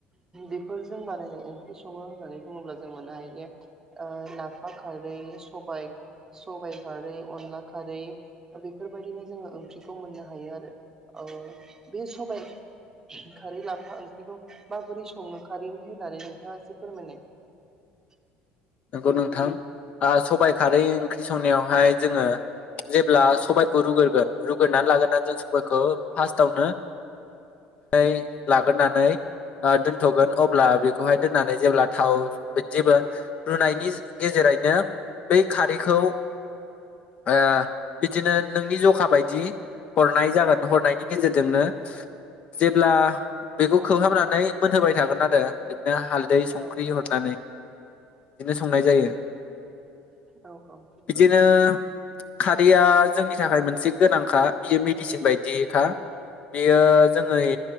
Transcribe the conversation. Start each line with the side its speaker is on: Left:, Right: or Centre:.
Right: बेफोरजों बानायनाय ओंख्रि सङो होननानै बुङोब्ला जों मोननो हायो जे ओ लाफा खारै सबाय सबाय खारै, अनला खारै बेफोरबायदिनो जोङो ओंख्रिखौ मोननो हायो आरो ओ बे सबाय खारै, लाफा ओंख्रिखौ माबोरै सङो खारै होनानै नोंथाङा एसे फोरमायनाय। <inaudible>
Left: नोंगौ नोंथां ओ सबाय खारै ओंख्रि संनायावहाय जोङो जेब्ला सबायखौ रुग्रोगोन रुग्रोनानै लाग्रोना जों सबायखौ फार्स्टावनो नै लाग्रोनानै ओ दोन्थ'गोन अब्ला बेखौहाय दोननानै जेब्ला थाव बिदिबो रुनायनि गेजेरैनो बै खारैखौ ओ बिदिनो नोंनि जखा बायदि हरनाय जागोन हरनायनि गेजेरजोंनो जेब्ला बेखौ खोबहाबनानै मोनहोबाय थागोन आरो बिदिनो हालदै संख्रि
Right: औ
Left: हरनानै संनाय जायो।
Right: औ औ
Left: बिदिनो खारैया जोंनि थाखाय मोनसे गोनांखा बियो मेदिसिन बायदिखा बियो जोङै